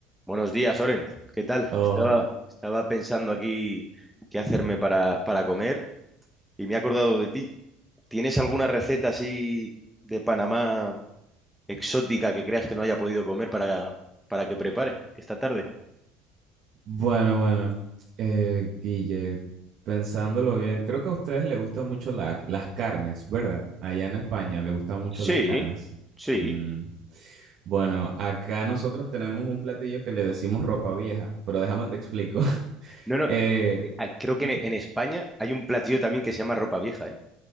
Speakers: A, in the centre; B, on the right.
A: Buenos días, Oren. ¿Qué tal?
B: Oh,
A: Estaba, estaba pensando aquí qué hacerme para, para comer y me he acordado de ti. ¿Tienes alguna receta así de Panamá exótica que creas que no haya podido comer para, para que prepare esta tarde?
B: bueno, bueno. Eh, Guille, pensándolo bien, creo que a ustedes les gustan mucho la- las carnes, ¿verdad? Allá en España les gustan mucho
A: Sí,
B: las carnes.
A: sí.
B: Mm. Bueno, acá nosotros tenemos un platillo que le decimos ropa vieja, pero déjame te explico. <laughs>
A: No, no,
B: Eh,
A: eh, eh, ah, creo que
B: Ujú.
A: en, en España hay un platillo también que se llama ropa vieja,